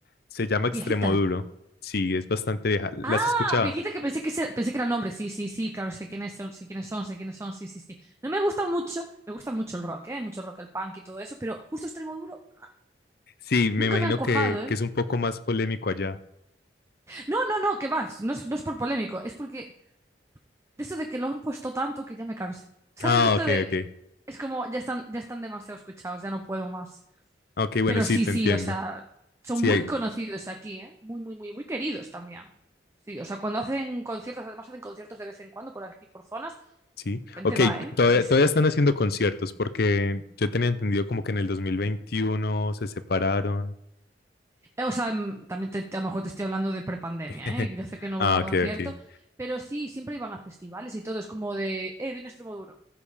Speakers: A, on the left; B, on the right.
A: Se llama Extremoduro.
B: ¿Viejita?
A: Sí, es bastante vieja. ¿La
B: Ah,
A: has escuchado?
B: viejitas
A: <laughs>
B: que pensé que, se- pensé que eran hombres. Sí, sí, sí, claro, sé quiénes son, sé quiénes son, sé quiénes son, sí, sí, sí. No me gusta mucho, me gusta mucho el rock, ¿eh? Mucho rock, el punk y todo eso, pero justo extremo duro
A: sí, me
B: nunca
A: imagino
B: me han cuajado,
A: que,
B: ¿eh?
A: que es un poco más polémico allá.
B: No, no, no, que más, no es, no es por polémico, es porque de esto de que lo han puesto tanto que ya me cansé. ¿Sabes?
A: Ah,
B: De esto
A: ok,
B: de...
A: ok.
B: Es como, ya están, ya están demasiado escuchados, ya no puedo más.
A: Ok, bueno,
B: Pero
A: sí,
B: sí,
A: te
B: sí,
A: entiendo.
B: o sea, son
A: Sí,
B: muy
A: hay-
B: conocidos aquí, ¿eh? Muy, muy, muy, muy queridos también. Sí, o sea, cuando hacen conciertos, además hacen conciertos de vez en cuando por aquí, por zonas.
A: sí.
B: Gente
A: Ok, t-
B: va, ¿eh?
A: todavía,
B: Sí, sí.
A: todavía están haciendo conciertos porque yo tenía entendido como que en el 2021 se separaron.
B: Eh, O sea, mm, también te- te- a lo mejor te estoy hablando de prepandemia,
A: <laughs>
B: ¿eh? Yo sé que no voy
A: Ah,
B: a un
A: ok,
B: concierto,
A: ok.
B: pero sí, siempre iban a festivales y todo. Es como de, eh, viene Extremoduro.